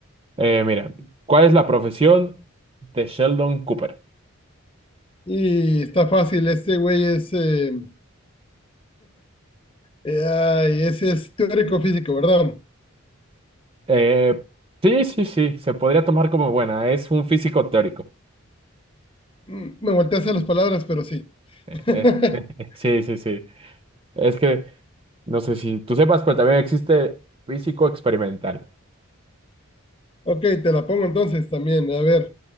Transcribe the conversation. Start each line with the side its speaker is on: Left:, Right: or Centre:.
Right: Eh, mira, ¿cuál es la profesión de Sheldon Cooper?
Left: Y está fácil, este güey es, eh, eh, ay, ese es teórico físico, ¿verdad?
Right: Eh, sí, sí, sí, se podría tomar como buena. Es un físico teórico.
Left: Mm, Me volteas a las palabras, pero sí.
Right: Eh,
Left: <laughs>
Right: eh, sí, sí, sí. Es que no sé si tú sepas, pero también existe físico experimental.
Left: Ok, te la pongo entonces también. A ver,